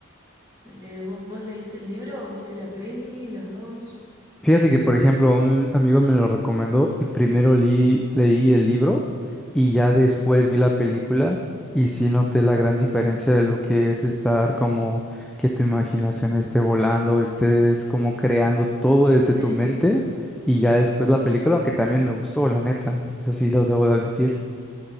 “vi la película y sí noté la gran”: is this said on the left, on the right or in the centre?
Centre